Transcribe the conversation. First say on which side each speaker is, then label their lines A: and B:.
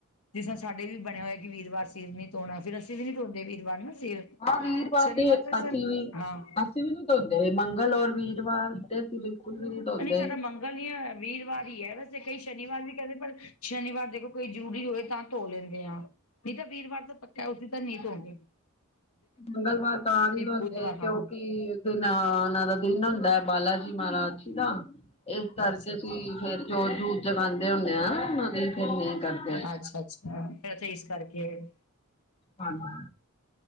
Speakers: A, on the left; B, on the left.
A: ਜਿਸ ਤਾਂ ਸਾਡੇ ਵੀ ਬਣਿਆ ਹੋਇਆ ਕਿ ਵੀਰਵਾਰ ਸਿਰ ਨੀ ਧੋਣਾ। ਫਿਰ ਅਸੀਂ ਵੀ ਨੀ ਧੋੰਦੇ ਵੀਰਵਾਰ ਨਾ ਸਿਰ
B: ਆਹ ਵੀਰਵਾਰ
A: ਸ਼ਨੀਵਾਰ
B: ਤੇ
A: ਤਾਂ
B: ਅਸੀ
A: ਸ਼ਨ
B: ਵੀ,
A: ਹਾਂ
B: ਅਸੀ ਵੀ ਧੋੰਦੇ। ਮੰਗਲ ਔਰ ਵੀਰਵਾਰ ਤੇ ਅਸੀਂ ਬਿਲਕੁਲ ਵੀ ਧੋਂਦੇ
A: ਨਹੀਂ ਸਾਡਾ ਮੰਗਲ ਯਾ ਵੀਰਵਾਰ ਹੀ ਹੈ। ਵੈਸੇ ਕਈ ਸ਼ਨੀਵਾਰ ਵੀ ਕਹਿੰਦੇ ਪਰ ਸ਼ਨੀਵਾਰ ਦੇਖੋ ਕੋਈ ਜ਼ਰੂਰੀ ਹੋਏ ਤਾਂ ਧੋ ਲੈਂਦੇ ਆਾਂ। ਨਹੀਂ ਤਾਂ ਵੀਰਵਾਰ ਤਾਂ ਪੱਕਾ ਉਸ ਤ ਨੀ ਧੋੰਦੇ
B: ਮੰਗਲਵਾਰ ਤਾਂ ਨੀ ਧੋਂਦੇ
A: ਬੁੱਧਵਾਰ ਹਾਂ
B: ਕਿਉਂਕਿ ਤੇ ਨਾ ੳਨਾ ਦਾ ਦਿਨ ਹੁੰਦਾ ਹੈ। ਬਾਲਾ ਜੀ ਮਹਾਰਾਜ ਜੀ ਦਾ ਇਸ ਕਰਕੇ
A: ਅੱਛਾ
B: ਅਸੀਂ
A: ਅੱਛਾ
B: ਫਿਰ ਜੋਤ ਜੂਤ ਜਗਾਦੇੰ ਹੁੰਨੇ ਹਾਂ। ਉਹਨਾਂ ਦੀ ਫਿਰ ਨਹੀਂ ਕਰਦੇ
A: ਅੱਛਾ-ਅੱਛਾ। ਐਥੇ ਇਸ ਕਰਕੇ ਕੇ
B: ਹਾਂਜੀ